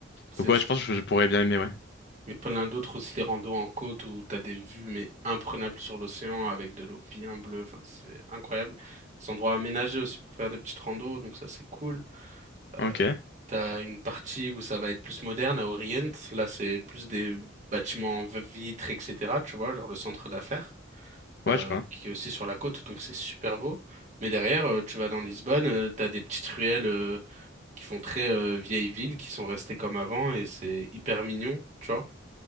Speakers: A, on the right (about 35°); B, on the left (about 55°).
A: C'est
B: donc ouais,
A: ça.
B: je pense que je pourrais bien aimer, ouais.
A: Mais plein d'autres aussi, des randos en côte où t'as des vues mais imprenables sur l'océan avec de l'eau bien bleue. Enfin, c'est incroyable. Des endroits aménagés aussi pour faire des petites randos, donc ça c'est cool. Euh,
B: Ok,
A: T'as une partie où ça va être plus moderne à Orient. Là, c'est plus des bâtiments en vitres, etc. Tu vois, genre le centre d'affaires,
B: ouais,
A: euh,
B: je vois.
A: qui est aussi sur la côte, donc c'est super beau. Mais derrière, euh, tu vas dans Lisbonne, euh, t'as des petites ruelles, euh, qui font très, euh, vieille ville, qui sont restées comme avant, et c'est hyper mignon, tu vois.